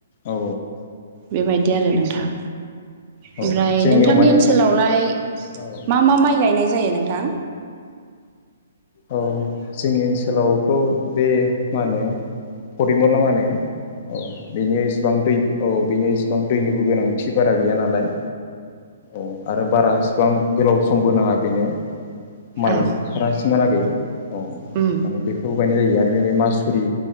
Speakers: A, on the left; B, on the right.
A: औ
B: बेबायदि आरो नोंथां
A: औ
B: ओमफ्राय
A: जोंनियाव
B: नोंथांनि
A: माने
B: ओनसोलावलाय
A: औ
B: मा मा माइ गायनाय जायो नोंथां?
A: औ जोंनि ओनसोलावथ' बे मा होनो फरिमल ना माहोनो औ बेनि एसेबां दै औ बेनि इसेबां दैनिबो गोनांथि बारा गैया नालाय। औ आरो बारा इसिबां गोलाव समबो नाङा बेनो माइ
B: औ
A: ओंखारासिमहालागै औ
B: उम
A: माने बेखौबो गायनाय जायो आरो। मासुरि